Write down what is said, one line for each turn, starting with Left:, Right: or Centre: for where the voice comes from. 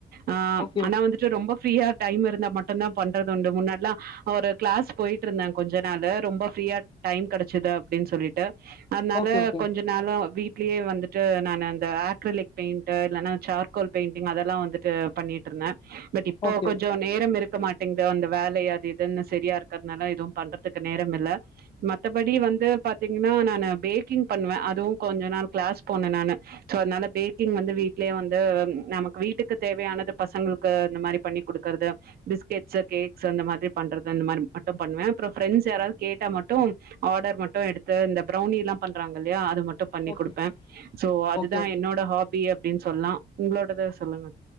Right: ஆஹ்
Left: ஓகே
Right: ஆனா வந்துட்டு ரொம்ப ஃப்ரீயா டைம் இருந்தா மட்டு தா பண்றது உண்டு முன்னாடில்லாம் ஒரு கிளாஸ் போயிட்டு இருந்தாங் கொஞ்ச நாள்ளு ரொம்ப ஃப்ரீயா டைம் கடைச்சுது அப்படின்னு சொல்லிட்டு அன்னால
Left: ஓகே ஓகே
Right: கொஞ்ச நாளா வீட் வீட்டிலேயே வந்துட்டு நானு அந்த ஆக்ரலிக் பெயிண் இல்லைன்னா சார்கோல் பெயிண்டிங் அதெல்லாம் வந்துட்டு பண்ணிட்டு இருந்த பட் இப்போ
Left: ஓகே
Right: கொஞ்சோ
Left: ஓகே
Right: நேரம் இருக் இருக்க மாட்டிங்குது அந்த வேலய அது இதுன்னு சேரியா இருக்கிறதுனால இதுவும் பண்றதுக்கு நேரம் இல்ல மத்தபடி வந்து பாத்தீங்கன்னா நானு பேக்கிங் பண்ணுவேன் அதுவும் கொஞ்ச நாள் கிளாஸ் போனேன் நானு சோ அதனால பேக்கிங் வந்து வீட்லயே வந்து நமக்கு வீட்டுக்கு தேவையானது பசங்களுக்கு இந்த மாரி பண்ணி கொடுக்கறது பிஸ்கெட்ஸ் கேக்ஸ் அந்த மாதிரி பண்றது அந்த மாரி மட்டு பண்ணுவேன் அப்புறம் பிரண்ட்ஸ் யாரது கேட்டா மட்டும் ஆர்டர் மட்டும் எடுத்து இந்த பிரவுனில்லா பண்றாங்க இல்லையா அது மட் டு பண்ணி
Left: ஓகே
Right: கொடுப்பேன் சோ அதுதான்
Left: ஓகே
Right: என்னோட ஹாபி அப்டின்னு சொல்லா உங்களோடத சொல்லுங்க